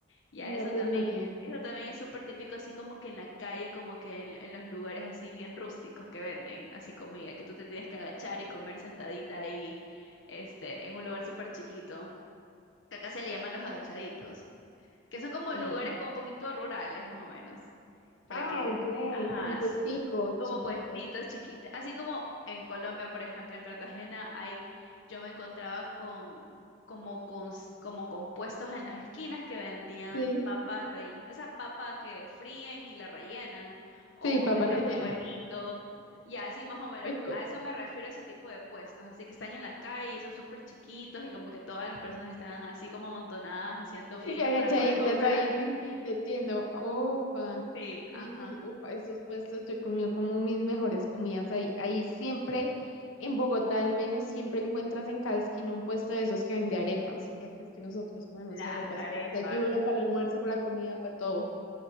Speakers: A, on the left (about 65°); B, on the left (about 85°).
A: Y
B: Mira,
A: a eso
B: pues
A: también,
B: no, ni idea.
A: eso también es súper típico, así como que en la calle, como que en, en los lugares así bien rústicos que venden, así comida, que tú te tienes que agachar y comer sentadita ahí, este, en un lugar súper chiquito. Que acá se le llaman los agachaditos que son como
B: No.
A: lugares
B: no, no.
A: como un poquito rurales, más o menos para
B: Ah,
A: que,
B: ok,
A: ajá,
B: como
A: ajá,
B: puestico,
A: sí, como
B: chiquito.
A: puestitos chiquitos, así como en Colombia, por ejemplo, en Cartagena hay, yo me encontraba con como con s- como con puestos en las esquinas que vendían
B: Sí,
A: papa rey, esa papa que fríen y la rellenan o
B: sí,
A: con
B: papa
A: ese
B: rellena.
A: buñuelito. Y así más o menos,
B: Rico.
A: a eso me refiero ese tipo de puestos, así que están en la calle, son súper chiquitos y como que todas las personas están así como amontonadas haciendo fila
B: Y agachaditas
A: para poder comprar.
B: ahí,
A: <laughs>
B: sí, sí, te entiendo. Opa,
A: Sí, ajá.
B: sí, ufa, esos puestos yo comí como mis mejores comidas ahí. Ahí siempre, en Bogotá al menos, siempre encuentras en cada esquina un puesto de esos que vende arepas, porque es que nosotros comemos
A: Las
B: arepas
A: arepas.
B: para el desayuno, para el almuerzo, para la comida, para todo.